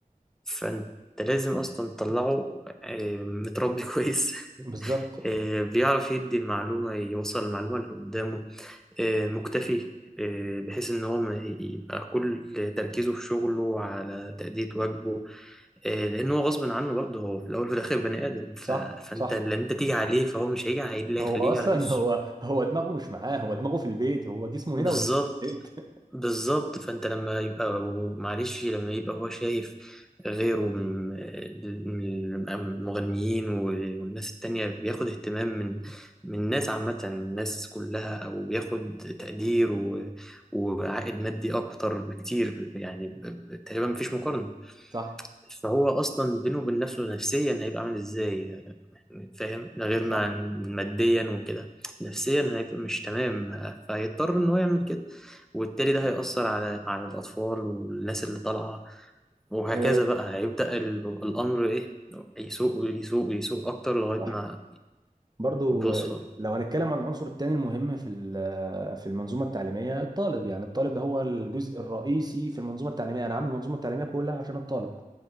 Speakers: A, in the centre; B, on the right.
A: فانت لازم أصلا تطلعه آه، متربي <laughs> كويس
B: بالظبط
A: آه، بيعرف يدي المعلومة يوصل المعلومة اللي قدامه آه، مكتفي آه، بحيث إن هو ما يبقى كل تركيزه في شغله على تأدية واجبه آه، لان هو غصب عنه برضه هو في الاول وفي الاخر بني ادم ف...
B: صح
A: فانت
B: صح
A: اللي انت تيجي عليه فهو مش هيجي على اللي
B: هو
A: هيخليه
B: اصلا
A: يجي على نفسه
B: <laughs> هو هو دماغه مش معاه هو دماغه في البيت هو جسمه
A: بالظبط
B: هنا ودماغه في البيت
A: بالظبط فانت لما يبقى معلش لما يبقى هو شايف غيره من من المغنيين والناس التانية بياخد اهتمام من من الناس عامة الناس كلها أو بياخد تقدير و- وعائد مادي أكتر بكتير يعني ب- ب- تقريبا مفيش مقارنة
B: <laughs> صح
A: فهو أصلا بينه وبين نفسه نفسيا هيبقى عامل إزاي فاهم ده غير
B: صح
A: ما ماديا وكده نفسيا هيبقى مش تمام فهيضطر ان هو يعمل كده وبالتالي ده هيأثر على على الأطفال والناس اللي طالعة وهكذا
B: أه
A: بقى هيبدأ ال- الأمر إيه يسوق ويسوق ويسوق أكتر لغاية
B: صح
A: ما
B: برضو
A: بيوصل
B: آه، لو هنتكلم عن العنصر الثاني المهم في ال- في المنظومه التعليميه الطالب يعني الطالب ده هو الجزء الرئيسي في المنظومه التعليميه انا عامل المنظومه التعليميه كلها عشان الطالب